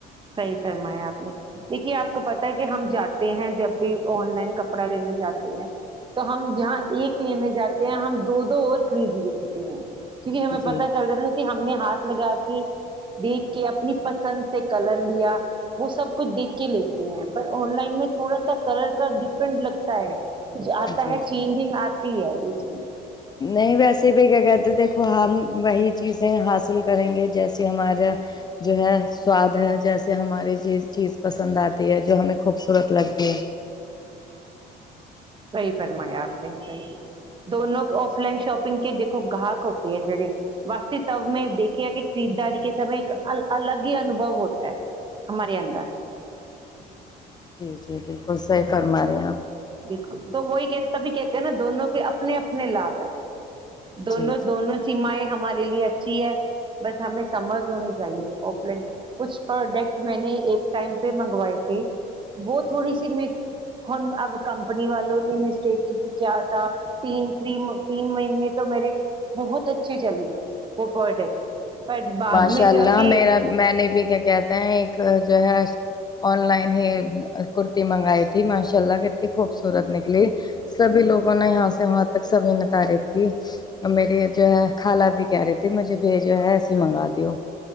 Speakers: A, on the right; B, on the left.
A: صحیح فرمایا آپ نے دیکھیے آپ کو پتا ہے کہ ہم جاتے ہیں جب بھی آن لائن کپڑا لینے جاتے ہیں تو ہم جہاں ایک لینے جاتے ہیں ہم دو دو اور خرید لیتے ہیں کیونکہ ہمیں
B: جی
A: پ چل رہ تھا کہ ہم نے ہاتھ لگا کے دیک کہ اپنی پسند سے لیا وہ سب کچھ دیک کے لیتے ہیں پر آن لائن میں تھوڑا سا کلر کا ڈفرنٹ لگتا ہے کچھ آتا
B: جی
A: ہے
B: جی
A: چینجنگ آ ہے بییجلی
B: نہیں ویسے بھی کیا کہتے دیکھو ہم وہی چیزیں حاصل کریں گے جیسے ہمارا جو ہے سواد ہے جیسے ہماری چیز پسند آتی ہے جو ہمیں خوبصورت لگتی ہے
A: صحیح فرمایا آپ نے صحیح دونوں آف لائن شاپنگ کے دیکھو گاہک ہوتے ہے جیڑے واسست میں دیکے گ کہ خریداری کے سمے ایک ال الگ ہی انوبھو ہوتا ہے ہمارے اندر
B: جی جی بالکل صحیح فرما رہے ہیں آپ
A: بالکل تو وہی کہ تبھی کہتے ہیں نا دونوں کے اپنے اپنے لابھ ہے دونوں
B: جی جی
A: دونوں سیمیں ہم ہمارے لیے اچھی ہے بس ہمیں سمجھ ہونی چاہیے آف لائن کچھ پروڈکٹ میں نے ایک ٹائم پہ منگوائے تھی وہ تھوڑی سی م اب کمپنی والوں نے مسٹیک کیا تھا تین تھ تین مہینے تو میرے بہت اچھے چلے وہ پروڈکٹ بٹ بعد
B: ماشاء
A: میں
B: اللہ
A: جا کے
B: میرا میں نے بھی کیا کہتے ہیں ایک جو ہے آن لائن ہی ہ کرتی مگائ ت ماشاء اللہ کتنی خوبصورت نکلی سبھی لوگوں نے یہاں سے وہاں تک سبھی نے تعریف کی میری جو ہے خالہ بھی کہہ رہی تھی مجھے بھی جو ہے اسی منگا دوو